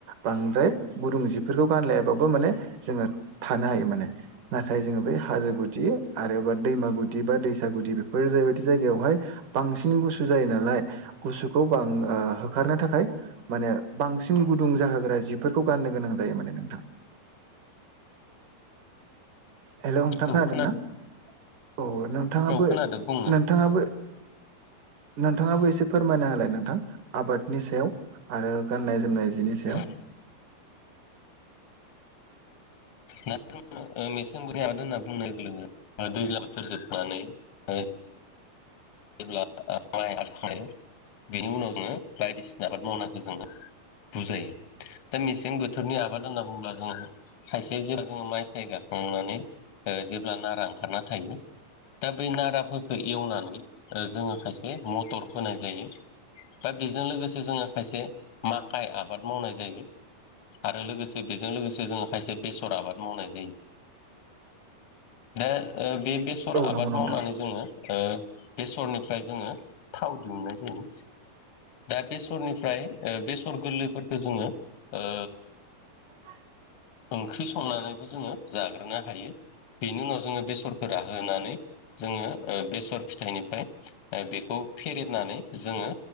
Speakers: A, on the right; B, on the left.
A: बांद्राय गुदुं जिफोरखौ गानलायाबाबो माने जोङो थानो हायो माने नाथाय जोङो बै हाजो गुदि आरोबा दैमा गुदि बा दैसा गुदि बेफोर बेबायदि जायगायावहाय बांसिन गुसु जायो नालाय गुसुखौ बां ओ होखारनो थाखाय माने बांसिन गुदुं जाहोग्रा जिफोरखौ गाननो गोनां जायो माने नोंथां
B: <inaudible>
A: हेल' नोंथां
B: औ
A: खोनादोंना?
B: खोना
A: औ नोंथाङाबो
B: औ खोनादों बुं
A: नोंथाङाबो नोंथाङाबो एसे फोरमायना होलाय नोंथां आबादनि सायाव आरो गाननाय-जोमनाय जिनि
B: नोंथां
A: सायाव
B: दा जोङो ओ मेसें बोथोरनि आबाद होनना बुंनाय लोगो लोगो दैज्लां बोथोर जोबनानै ओ जेब्ला <unintelligible> आबाद खालामो बेनि उनाव जोङो बायदिसिना आबाद मावनायखौ जोङो बुजायो दा मेसें बोथोरनि आबाद होनना बुंब्ला जोङो खायसे जेब्ला जोङो माइ साय गाखांनानै ओ जेब्ला नारा ओंखारना थायो दा बे नाराफोरखौ एवनानै जोङो खायसे मटर फोनाय जायो। दा बेजों लोगोसे जोङो खायसे माखाइ आबाद मावनाय जायो। आरो लोगोसे बेजों लोगोसे जोङो खायसे बेसर आबाद मावनाय जायो। दा बे बेसर
A: औ
B: आबाद
A: नंगौ नोंथां
B: मावनानै जोङो ओ बेसरनिफ्राय जोङो थाव दिहुनन्नाय जायो। दा बेसरनिफ्राय ओ बेसर गोरलैफोरखौ जोङो ओ
A: एस <inaudible>
B: ओंख्रि संनानैबो जोङो जाग्रोनो हायो बेनि उनाव जोङो बेसरखौ राहो होनानै जोङो बेसर था थाइनिफ्राय बेखौ फेरनानै जोङो